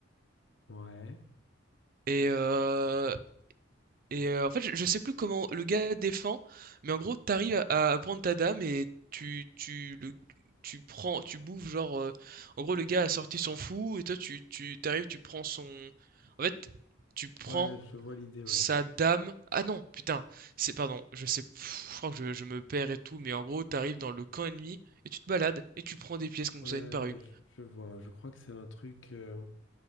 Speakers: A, on the left; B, on the right.
A: Ouais.
B: et, euh, Et euh, en fait, je, je sais plus comment le gars défend, mais en gros, t'arrives à, à prendre ta dame et tu, tu, le, tu prends, tu bouffes, genre, euh, en gros, le gars a sorti son fou et toi, tu, tu, t'arrives, tu prends son, en fait, tu prends
A: Ouais, je vois l'idée, ouais.
B: sa dame. Ah non, putain, c'est, pardon, je sais, pff, je crois que je, je me perds et tout, mais en gros, t'arrives dans le camp ennemi et tu te balades et tu prends des pièces comme
A: Ouais,
B: ça, une par une.
A: je, je vois. Je crois que c'est un truc. euh,